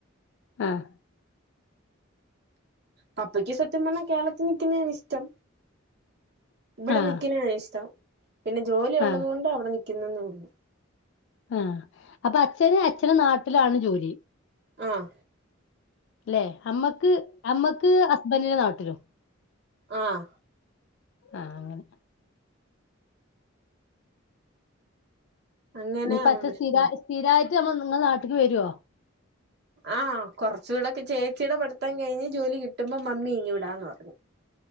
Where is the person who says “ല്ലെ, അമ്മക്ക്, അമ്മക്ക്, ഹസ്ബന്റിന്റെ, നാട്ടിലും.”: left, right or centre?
Left